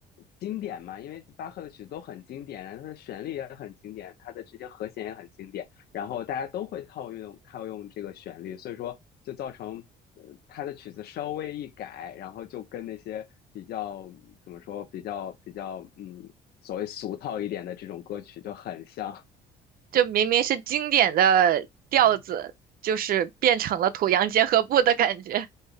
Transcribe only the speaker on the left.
经典嘛，因为巴赫的曲子都很经典，然后它的旋律也很经典，它的这些和弦也很经典，然后大家都会套用套用这个旋律，所以说就造成。呃，他的曲子稍微一改，然后就跟那些比较怎么说，比较比较嗯所谓俗套一点的这种歌曲就很像。
<laughs>